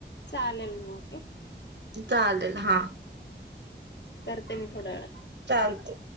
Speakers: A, on the left; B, on the right.
A: चालेल म ओके.
B: चालेल हा
A: करते मी थोड्या वेळात.
B: चालतय.